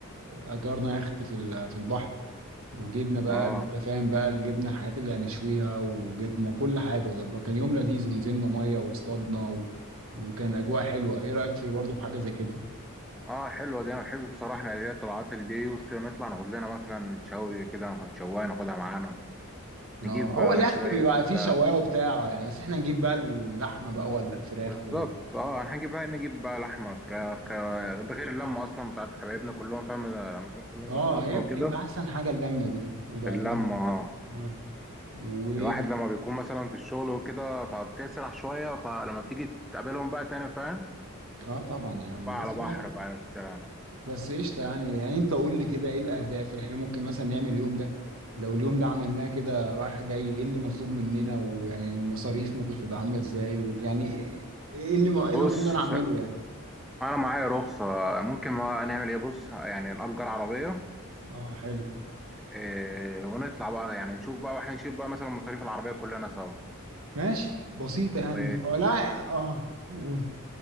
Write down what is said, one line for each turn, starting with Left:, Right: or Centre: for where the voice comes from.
Right: اجرنا يخت في ال- في البحر وجبنا بقى
Centre: اه
Right: انت فاهم بقى جبنا الحاجات اللي هنشويها وجبنا كل حاجه ظبط كان يوم لذيذ ونزلنا ميه واصطادنا و... وكان اجواء حلوه ايه رايك في برضه حاجه زي كده
Centre: اه حلوه دي انا بحب بصراحه اللي هي الطلعات اللي دي وكده نطلع ناخد لنا مثلا شوي كده ناخد شوايه ناخدها معانا نجيب
Right: اه هو
Centre: آه،
Right: اليخت
Centre: شويه
Right: بيبقى فيه
Centre: آه،
Right: شوايه وبتاع يعني بس احنا نجيب بقى اللحمه بقى ولا الفراخ
Centre: بالظبط اه هنجيب بقى نجيب بقى لحمه فراخ آه، ده غير اللمه اصلا بتاعت حبايبنا كلهم فاهم لما يكون كلهم
Right: اه
Centre: اصحابنا
Right: هي
Centre: وكده
Right: بتبقى احسن حاجه اللمه دي وبعدين
Centre: اللمه اه
Right: اه و
Centre: الواحد لما بيكون مثلا في الشغل وكده فبتسرح شويه فلما بتيجي تقابلهم بقى تاني فاهم
Right: اه طبعا
Centre: تكون
Right: يا عم
Centre: بقى
Right: بص
Centre: على بحر
Right: بقى
Centre: بقى يا سلام
Right: بس قشطه يعني يعني انت قول لي كده ايه الاهداف اللي احنا ممكن مثلا نعمل اليوم ده لو اليوم ده عملناه كده رايح جاي ايه اللي مطلوب مننا ويعني المصاريف ممكن تبقى عامله ازاي ويعني ايه إيه اللي م- إيه اللي
Centre: بص
Right: المفروض انا اعمله يعني
Centre: انا معايا رخصه ممكن ما نعمل ايه بص يعني نأجر عربيه
Right: اه حلو
Centre: آه، ونطلع بقى يعني نشوف بقى واحنا نشيل بقى مثلا مصاريف العربية كلنا سوا
Right: ماشي بسيطه
Centre: و...
Right: يعني مش هو لا اه و...